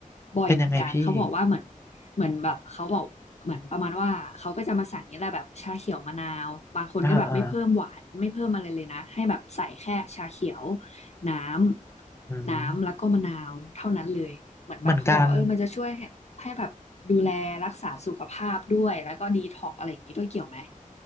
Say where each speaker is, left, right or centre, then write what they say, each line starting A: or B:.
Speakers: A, on the left; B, on the left.
A: บ่อยเหมือนกันเขาบอกว่าเหมือน
B: เป็นยังไงพี่
A: เหมือนแบบเขาบอกเหมือนประมาณว่าเขาก็จะมาสั่งนี่แหละแบบชาเขียวมะนาวบางคนก็แบบไม่เพิ่มหวานไม่เพิ่มอะไรเลยนะให้แบบใส่แค่ชาเขียว
B: อ่าอ่า
A: น้ำน้ำแล้วก็มะนาวเท่านั้นเลยเหมือนแบบเขาบอกว่าเออมันจะช่วยให้ให้แบบดูแลรักษาสุขภาพด้วยแล้วก็ดีท็อกอะไรอย่างนี้ด้วยเกี่ยวไหม
B: อืมเหมือนกัน